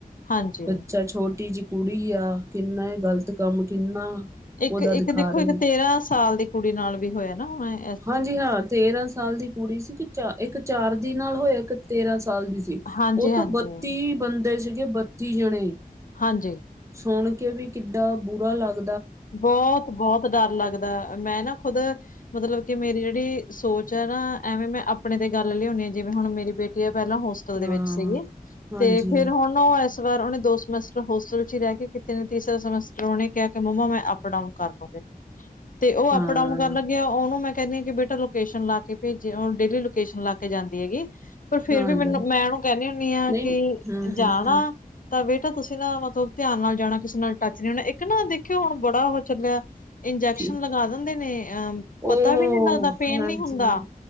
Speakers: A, on the left (about 60°); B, on the right (about 20°).
A: ਹਾਂਜੀ।
B: ਬੱਚਾ ਛੋਟੀ ਜੀ ਕੁੜੀ ਆ ਕਿੰਨਾ ਏ ਗ਼ਲਤ ਕੰਮ ਕਿੰਨਾ।
A: ਇੱਕ-ਇੱਕ
B: ਉਹਦਾ ਦਿਖਾ
A: ਦੇਖੋ
B: ਰਹੇ
A: ਇੱਕ
B: ਨੇ
A: ਤੇਰਾਂ ਸਾਲ ਦੀ ਕੁੜੀ ਨਾਲ ਵੀ ਹੋਇਆ ਨਾ ਹੁਣੇ।
B: ਹਾਂਜੀ ਹਾਂ ਤੇਰਾਂ ਸਾਲ ਦੀ ਕੁੜੀ ਸੀ ਇੱਕ ਚਾ ਇੱਕ ਚਾਰ ਦੀ ਨਾਲ ਹੋਇਆ ਇੱਕ ਤੇਰਾਂ ਸਾਲ ਦੀ ਸੀ।
A: ਹਾਂਜੀ,
B: ਉਹ 'ਤੇ
A: ਹਾਂਜੀ,
B: ਬੱਤੀ ਬੰਦੇ ਸੀਗੇ ਬੱਤੀ ਜਣੇ।
A: ਹਾਂਜੀ।
B: ਸੁਣ ਕੇ ਵੀ ਕਿੱਡਾ ਬੁਰਾ ਲੱਗ
A: ਬੋਤ-ਬੋਤ ਡਰ ਲੱਗਦਾ ਮੈਂ ਨਾ ਖੁਦ ਮਤਲਬ ਕਿ ਮੇਰੀ ਜਿਹੜੀ ਸੋਚ ਐ ਨਾ ਐਵੇਂ ਮੈਂ ਆਪਣੇ 'ਤੇ ਗੱਲ ਲਿਆਉਂਣੀ ਆ ਜਿਵੇ ਹੁਣ ਮੇਰੀ ਬੇਟੀ ਆ ਪਹਿਲਾਂ ਹੋਸ
B: ਹਾਂ
A: ਟਲ ਦੇ ਵਿੱਚ ਸੀਗੀ
B: ਹਾਂਜੀ
A: 'ਤੇ ਫੇਰ ਹੁਣ ਉਹ ਇਸ ਵਾਰ ਉਹਨੇ ਦੋ ਸਮੈਸਟਰ ਹੋਸਟਲ 'ਚ ਰੀ ਰਹਿ ਕੇ ਕੀਤੇ ਨੇ ਤੀਸਰਾ ਸਮੈਸਟਰ ਉਹਨੇ ਕਿਹਾ ਕੇ ਮੰਮਾ ਮੈਂ ਅਪ ਡਾਊਨ ਕਰ ਲੂਗੀ 'ਤੇ ਉਹ
B: ਹਾਂ
A: ਅਪ ਡਾਊਨ ਕਰ ਲੱਗੇ ਆ ਉਹਨੂੰ ਮੈਂ ਕਹਿੰਨੀ ਆ ਕਿ ਬੇ ਈ ਲੋਕੇਸ਼ਨ ਲਾ ਕੇ ਭੇਜੇ ਉਣ ਡੇਲੀ ਲੋਕੇਸ਼ਨ ਲਾ ਕੇ ਜਾਂਦੀ ਆਗੀ ਪਰ ਫੇਰ
B: ਹਾਂਜੀ
A: ਵੀ ਮੈਨੂੰ ਮੈਂ ਉਹਨੂੰ ਕਹਿੰਨੀ ਹੁੰਨੀ ਆ
B: ਨਹੀਂ
A: ਕਿ
B: ਹੂੰ-ਹੂੰ-ਹੂੰ
A: ਜਾਣਾ। ਤਾਂ ਬੇਟਾ ਤੁਸੀਂ ਨਾ ਮਤਲਬ ਧਿਆਨ ਨਾਲ ਜਾਣਾ ਕਿਸੇ ਨਾਲ ਟੱਚ ਨੀ ਹੋਣਾ ਇੱਕ ਨਾ ਦੇਖਿਓ ਹੁਣ ਬੜਾ ਉਹ ਚੱਲਿਆ ਇੰਜੈਕਸ਼ਨ
B: ਕੀ
A: ਲਗਾ ਦਿੰਦੇ ਨੇ ਅਹ ਪਤਾ
B: ਉਹ
A: ਵੀ ਨੀ ਲੱਗਦਾ ਪੇਨ
B: ਹਾਂਜੀ
A: ਨੀ ਹੁੰਦਾ।